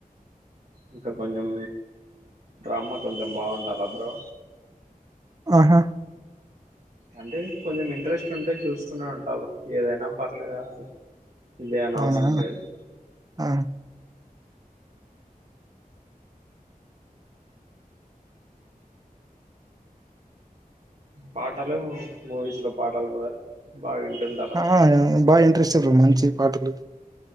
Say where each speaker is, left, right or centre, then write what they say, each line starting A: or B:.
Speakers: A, on the right; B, on the right.
A: ఇంకా కొంచెం డ్రామా కొంచెం బాగుండాల బ్రో
B: ఆహా
A: అంటే కొంచెం ఇంట్రెస్ట్ ఉంటే చూస్తూనే ఉంటా బ్ర ఏదైనా పర్లేదా ఇదే అనే
B: అవునా
A: అవసరం లేదు
B: ఆ
A: పాటలు మూవీస్ లో పాటలు కూడా బాగా వింటుంటారా
B: ఆ బాగ ఇంట్రెస్ట్ రొమాంచి పాటలు